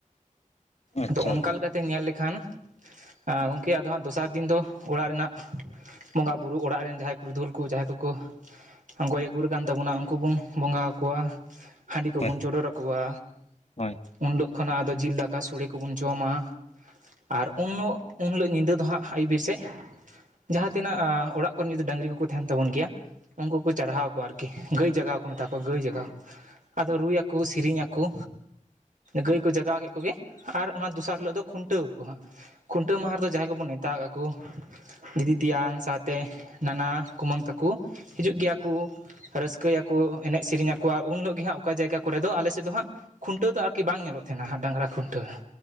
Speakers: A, on the right; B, on the left.
A: ᱟᱫᱚ
B: ᱟᱪᱪᱷᱟ
A: ᱚᱱᱠᱟᱮ
B: ᱟᱪᱪᱷᱟ
A: ᱞᱮᱠᱟᱛᱮ ᱧᱮᱞ ᱞᱮᱠᱷᱟᱱ ᱟᱸ ᱜᱚᱝᱠᱮ ᱟᱫᱚ ᱦᱟᱸᱜ ᱫᱚᱥᱟᱨ ᱫᱤᱱ ᱫᱚ ᱚᱲᱟᱜ ᱨᱮᱱᱟᱜ ᱵᱚᱸᱜᱟ ᱵᱩᱨᱩ ᱚᱲᱟᱜ ᱨᱮᱱ ᱡᱟᱦᱟᱸᱭ ᱯᱩᱨᱩᱫᱷᱩᱞ ᱠᱚ ᱡᱟᱦᱟᱸᱭ ᱠᱚᱠᱚ ᱟᱸ ᱜᱚᱭ-ᱜᱩᱨ ᱠᱟᱱ ᱛᱟᱵᱚᱱᱟ ᱩᱱᱠᱩ ᱵᱚᱱ ᱵᱚᱸᱜᱟ ᱟᱠᱚᱣᱟ ᱦᱟᱺᱰᱤ ᱠᱚᱵᱚᱱ
B: ᱦᱳᱭ
A: ᱪᱚᱰᱚᱨ ᱟᱠᱚᱣᱟ᱾
B: ᱦᱳᱭ
A: ᱩᱱ ᱦᱤᱞᱳᱜ ᱠᱷᱚᱱᱟᱜ ᱟᱫᱚ ᱡᱤᱞ ᱫᱟᱠᱟ ᱥᱚᱲᱮ ᱠᱚᱵᱚᱱ ᱡᱚᱢᱟ᱾ ᱟᱨ ᱩᱱᱩᱜ ᱩᱱ ᱦᱤᱞᱳᱜ ᱧᱤᱫᱟᱹ ᱫᱚ ᱦᱟᱸᱜ ᱟᱹᱭᱩᱵ ᱵᱤᱨ ᱥᱮᱜ ᱡᱟᱦᱟᱸ ᱛᱤᱱᱟᱹᱜ ᱚᱲᱟᱜ ᱠᱚᱨᱮᱱ ᱡᱩᱫᱤ ᱰᱟᱹᱝᱨᱤ ᱠᱚᱠᱚ ᱛᱟᱦᱮᱱ ᱛᱟᱵᱚᱱ ᱜᱮᱭᱟ ᱩᱱᱠᱩ ᱠᱚᱠᱚ ᱪᱟᱨᱦᱟᱣ ᱠᱚᱣᱟ ᱟᱨ- ᱠᱤ ᱜᱟᱹᱭ ᱡᱟᱜᱟᱣ ᱠᱚ ᱢᱮᱛᱟ ᱠᱚᱣᱟ ᱜᱟᱹᱭ ᱡᱟᱜᱟᱣ ᱟᱫᱚ ᱨᱩᱭᱟ ᱠᱩ ᱥᱮᱨᱮᱧ ᱟᱠᱩ᱾ ᱜᱟᱹᱭ ᱠᱚ ᱡᱟᱜᱟᱣ ᱠᱮᱫ ᱠᱚᱜᱮ ᱟᱨ ᱚᱱᱟ ᱫᱚᱥᱟᱨ ᱦᱤᱞᱳᱜ ᱫᱚ ᱠᱷᱩᱱᱴᱟᱹᱣ ᱟᱠᱚ ᱦᱟᱸᱜ᱾ ᱠᱷᱩᱱᱴᱟᱹᱣ ᱢᱟᱦᱟ ᱨᱮᱫᱚ ᱡᱟᱦᱟᱸᱭ ᱠᱚᱵᱚᱱ ᱱᱮᱛᱟ ᱟᱠᱟᱫ ᱠᱩ ᱫᱤᱫᱤ, ᱛᱮᱭᱟᱝ ᱥᱟᱶᱛᱮ ᱱᱟᱱᱟ, ᱠᱩᱢᱟᱹᱝ ᱛᱟᱠᱚ ᱦᱤᱡᱩᱜ ᱜᱮᱭᱟ ᱠᱩ᱾ ᱨᱟᱹᱥᱠᱟᱹᱭ ᱟᱠᱩ ᱮᱱᱮᱡ, ᱥᱮᱨᱮᱧ ᱟᱠᱩᱭᱟᱜ ᱩᱱ ᱦᱤᱞᱳᱜ ᱜᱮ ᱦᱟᱸᱜ ᱚᱠᱟ ᱡᱟᱭᱜᱟ ᱠᱚᱨᱮ ᱫᱚ ᱟᱞᱮ ᱥᱮᱫ ᱫᱚ ᱦᱟᱸᱜ ᱠᱷᱩᱱᱴᱟᱹᱣ ᱫᱚ ᱟᱨᱠᱤ ᱵᱟᱝ ᱧᱮᱞᱚᱜ ᱛᱟᱦᱮᱱᱟ ᱰᱟᱹᱝᱨᱟ ᱠᱷᱩᱱᱴᱟᱹᱣ